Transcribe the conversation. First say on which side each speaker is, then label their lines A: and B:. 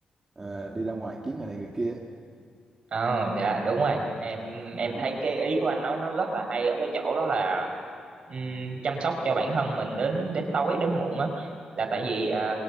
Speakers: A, on the right; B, on the right.
A: ờ, đi ra ngoài kiếm người này người kia
B: Ờ, dạ đúng rồi. Em em
A: ừ.
B: thấy cái ý của anh nói nó rất là hay ở cái chỗ đó là ừm, chăm sóc cho bản thân mình đến đến tối đến muộn á là tại vì ờ,